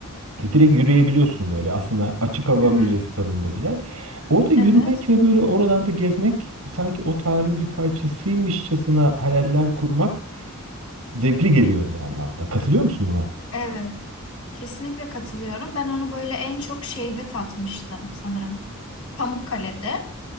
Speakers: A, on the right; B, on the left.
A: e, Direkt yürüyebiliyorsun böyle aslında açık hava
B: Hı.
A: müzesi tadında bir yer. Orada yürümek
B: Evet.
A: ve böyle oralarda gezmek sanki o tarihin bir parçasıymışçasına hayaller kurmak zevkli geliyor bir yandan da. Katılıyor musun buna?
B: Evet. Kesinlikle katılıyorum. Ben onu böyle en çok şeyde tatmıştım sanırım. Pamukkale'de.